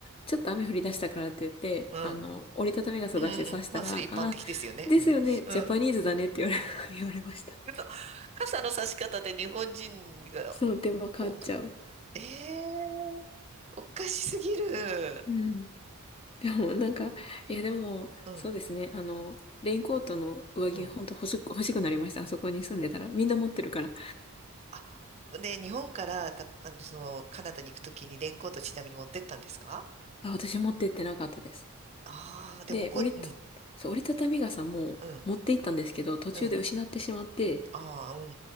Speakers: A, on the left; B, on the right.
A: ちょっと雨降り出したからって言って、
B: うん。
A: あの、
B: うん
A: 折りたたみ傘出して刺したら、
B: うんうん。まあ、それ一般的ですよね。
A: ああ、ですよね、
B: うん。うん。
A: ジャパニーズだねって言われ、<laughs> 言われました。
B: 嘘傘の差し方で日本人が、
A: そう、で、わかっちゃう。
B: こう、ええー、おかしすぎる。
A: うん。でも、なんか、いや、でも、
B: うん。
A: そうですね、あの、レインコートの上着、
B: うん。
A: ほんと欲しく、欲しくなりました。あそこに住んでたら。みんな持ってるから。
B: あ、で、日本からた、あの、その、カナダに行くときにレインコートちなみに持ってったんですか
A: あ、私持ってってなかったです。
B: ああー、でもこう、
A: で、折りた、
B: うん、
A: そう、折りたたみ傘も持って行ったんですけど、
B: うん、
A: 途中で失ってしまって、
B: うん。ああ、うん、